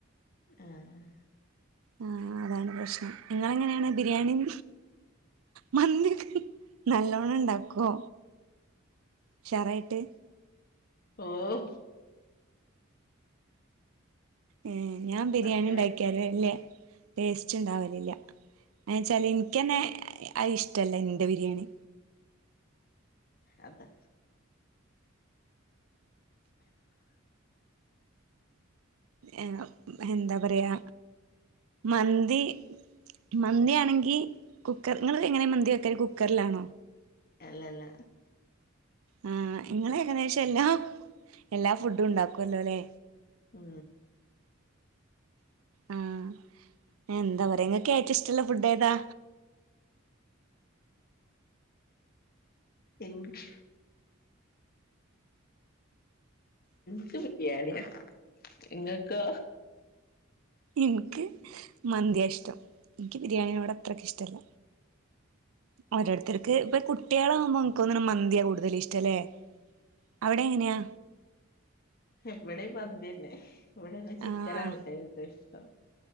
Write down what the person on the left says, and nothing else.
ആഹ് ആഹ്
ഓഹ്
പത്ത്
മിനിറ്റ്
അതെ
അല്ലല്ല
ഉം
ഇൻക്ക് ഇൻക്ക് ബിരിയാണിയ ഇങ്ങക്കോ
ഇവടെ മന്തിയന്നെ ഇവിടെന്നെ ചിക്കനാടകുട്ടിയേക്കിഷ്ടം